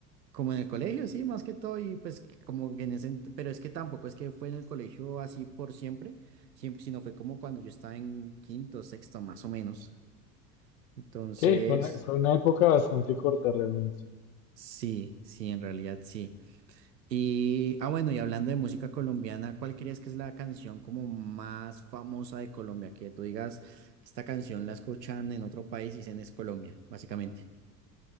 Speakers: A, on the right; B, on the left.
A: como en el colegio, sí, más que todo, y pues que como que en ese, ent- pero es que tampoco es que fue en el colegio así por siempre, siempre, sino fue como cuando yo estaba en quinto, sexto, más o menos. Entonces,
B: Sí, fue una, fue una época bastante corta realmente.
A: sí, sí, en realidad sí. Y, ah, bueno, y hablando de música colombiana, ¿cuál crees que es la canción como más famosa de Colombia? Que tú digas, esta canción la escuchan en otro país y dicen es Colombia, básicamente.